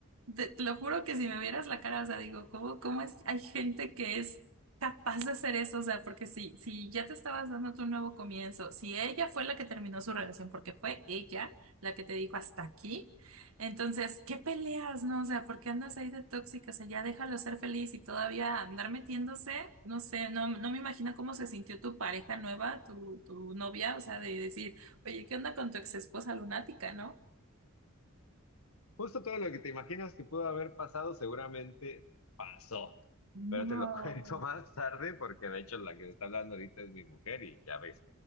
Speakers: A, on the right; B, on the left.
A: Te, te lo juro que si me vieras la cara, o sea, digo, ¿cómo, cómo es? Hay gente que es capaz de hacer eso, o sea, porque si, si ya te estabas dando tu nuevo comienzo, si ella fue la que terminó su relación, porque fue ella la que te dijo hasta aquí, entonces, ¿qué peleas, no? O sea, ¿por qué andas ahí de tóxica? O sea, ya déjalo ser feliz y todavía andar metiéndose, no sé, no, no me imagino cómo se sintió tu pareja nueva, tu, tu novia, o sea, de decir, oye, ¿qué onda con tu ex esposa lunática, no?
B: Justo todo lo que te imaginas que pudo haber pasado seguramente pasó.
A: No.
B: Pero te lo <laughs> cuento más tarde porque de hecho la que está hablando ahorita es mi mujer y ya ves